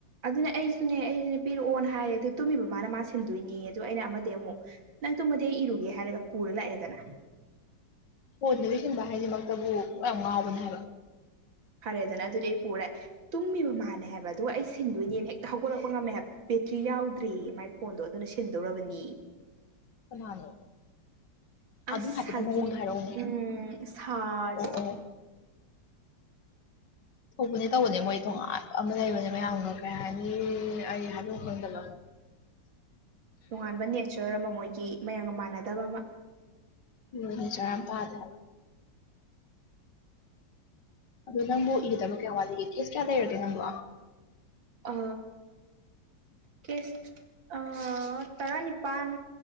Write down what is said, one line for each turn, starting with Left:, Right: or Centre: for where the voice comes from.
Right: ꯑꯗꯨꯅ ꯑꯩꯁꯨꯅꯦ ꯑꯩꯁꯨꯅꯦ ꯄꯤꯔꯛꯑꯣꯅ ꯍꯥꯏꯔꯦ ꯑꯗꯨ ꯇꯨꯝꯃꯤꯕ ꯃꯥꯅ ꯃꯥ ꯁꯤꯟꯗꯣꯏꯅꯤ ꯑꯗꯨ ꯑꯩꯅ ꯑꯃꯗꯤ ꯑꯃꯨꯛ ꯅꯪ ꯇꯣꯃꯗꯤ ꯑꯩ ꯏꯔꯨꯒꯦ ꯍꯥꯏꯔꯒ ꯄꯨꯔ ꯂꯥꯛꯑꯦꯗꯅ
Left: ꯍꯣꯟꯕꯅ ꯍꯤꯡꯕ ꯍꯥꯏꯁꯤꯃꯛꯇꯕꯨ ꯌꯥꯝ ꯉꯥꯎꯕꯅꯦ ꯍꯥꯏꯕ
Right: ꯐꯔꯦꯗꯅ ꯑꯗꯨꯗꯤ ꯑꯩ ꯄꯨꯔꯦ ꯇꯨꯝꯃꯤꯕ ꯃꯥꯜꯅꯦ ꯍꯥꯏꯕ ꯑꯗꯨꯒ ꯑꯩꯁꯦ ꯁꯤꯟꯗꯣꯏꯅꯦꯅ ꯍꯦꯛꯇ ꯍꯧꯒꯠꯂꯛꯄ ꯉꯝꯃꯦ ꯍꯥꯏꯕ ꯕꯦꯇ꯭ꯔꯤ ꯌꯥꯎꯗꯦ ꯃꯥꯏ ꯐꯣꯟꯗꯣ ꯑꯗꯨꯅ ꯁꯤꯟꯗꯧꯔꯕꯅꯤ
Left: ꯅꯥ ꯂꯣ
Right: ꯑꯁ
Left: ꯑꯗꯨꯝ ꯍꯥꯏꯐꯦꯠꯇꯪ
Right: ꯁꯥꯖꯤ
Left: ꯃꯑꯣꯡꯗ ꯍꯥꯏꯔꯛꯎꯅꯦ
Right: ꯎꯝ ꯁꯥꯁ
Left: ꯑꯣ ꯑꯣ ꯊꯣꯛꯄꯅꯦ ꯇꯧꯕꯅꯦ ꯃꯣꯏ ꯇꯣꯉꯥꯟ ꯑꯃ ꯂꯩꯕꯅꯦ ꯃꯌꯥꯝꯒ ꯀꯩ ꯍꯥꯏꯅꯤ ꯑꯩ ꯍꯥꯏꯕꯐꯝ ꯈꯪꯗ ꯑꯣ
Right: ꯇꯣꯉꯥꯟꯕ ꯅꯦꯆꯔ ꯑꯃ ꯃꯣꯏꯒꯤ ꯃꯌꯥꯝꯒ ꯃꯥꯟꯅꯗꯕ ꯑꯃ
Left: ꯎꯁꯨꯔ ꯌꯥꯝ ꯄꯥꯗ ꯑꯗꯣ ꯅꯪꯕꯨ ꯏꯒꯗꯕ ꯀꯌꯥ ꯋꯥꯠꯂꯤꯒꯦ ꯀꯦꯁ ꯀꯌꯥ ꯂꯩꯔꯒꯦ ꯅꯪꯕꯨ
Right: ꯑ ꯀꯦꯁ ꯇꯔꯥꯅꯤꯄꯥꯜ